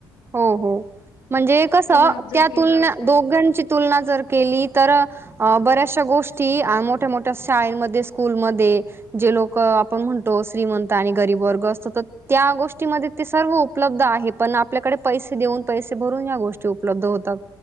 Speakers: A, on the right; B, on the left.
A: हो हो म्हणजे कस
B: तुम्ही ऑब्झर्व्ह
A: त्या
B: केलं
A: तुलना
B: असेल
A: दोघांची तुलना जर केली तर अ बऱ्याचशा गोष्टी मोठ्या मोठ्या शाळेमध्ये स्कूलमध्ये जे लोक आपण म्हणो श्री म्हण आणि गरीब वर्ग असत तर त्या गोष्टीमध्ये ते सर्व उपलब्ध आहे पण आपल्याकडे पैसे देऊन पैसे भरून या गोष्टी उपलब्ध होतात